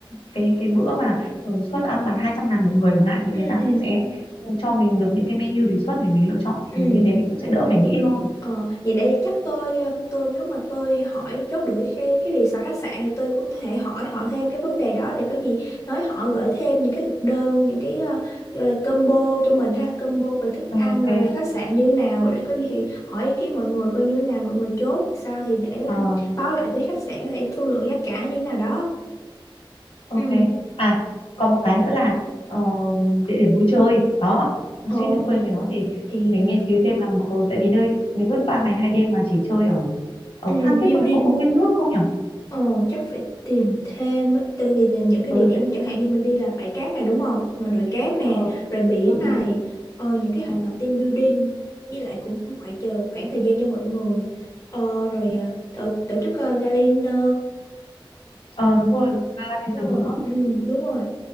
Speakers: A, on the left (about 80°); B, on the left (about 35°).
A: cái cái bữa mà uh, suất ăn là 200 ngàn một người chẳng hạn thì
B: ừ
A: người ta
B: ừ
A: cũng sẽ ừ, cho mình được những cái menu đề xuất để mình lựa chọn
B: Ừ,
A: thì như thế mình cũng
B: ừ,
A: sẽ đỡ
B: vậy
A: phải nghĩ
B: chắc
A: hơn
B: ờ, vậy để chắc tôi ờ, tôi lúc mà tôi hỏi chốt được cái cái resort khách sạn thì tôi cũng thể hỏi họ thêm cái vấn đề đó để có gì nói họ gửi thêm những cái thực đơn những cái ờ, gọi là combo cho mình ha combo về thức
A: ok
B: ăn gọi là khách sạn như nào để có gì thì hỏi ý kiến mọi người coi như thế nào mọi người chốt sao thì để
A: ờ,
B: ờ, báo lại với khách sạn có thể thương lượng giá cả như thế nào đó.
A: ok
B: Ừ.
A: à còn một cái nữa là ờ, địa điểm vui chơi đó nó
B: Ồ
A: suýt nữa quên cái đó thì
B: thì
A: phải
B: ờ,
A: nghiên cứu thêm là một- ừ, tại vì nơi ví dụ ba ngày hai đêm mà chỉ chơi ở ở
B: ừ,
A: Phan Thiết
B: building
A: không biết có công viên nước không nhỉ
B: Ờ, chắc phải tìm thêm á. tại vì là những cái
A: ờ
B: địa điểm mà chẳng hạn như mình đi là bãi cát này đúng không mà đồi cát nè
A: ờ
B: rồi biển
A: ờ ừ,
B: này
A: ừ,
B: ờ, những cái hoạt
A: ừ,
B: động team building với lại cũng, cũng phải chờ một khoảng thời gian cho mọi người ờ, rồi
A: ừ.
B: à, tổ, tổ chức uh, gala dinner
A: Ờ, đúng rồi Gala Dinner
B: Đúng rồi,
A: nữa
B: ừ, đúng rồi.